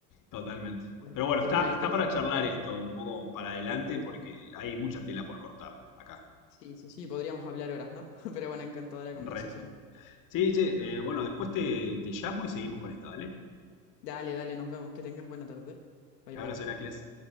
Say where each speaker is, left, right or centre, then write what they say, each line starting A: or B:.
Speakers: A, on the left; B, on the left.
A: totalmente.
B: Pues-
A: Pero bueno,
B: y pues
A: está,
B: nada,
A: está
B: interesantísimo,
A: para charlar esto
B: ¿no?
A: un poco para adelante porque hay mucha tela por cortar acá.
B: Sí, sí, sí, podríamos hablar horas, ¿no? <laughs> Pero bueno, encantadora conversación.
A: Re. Sí, sí, eh, bueno, después te, te llamo y seguimos con esta, ¿vale?
B: Dale, dale, nos vemos, que tengas buena tarde. Bye,
A: Abrazo,
B: bye.
A: Heracles.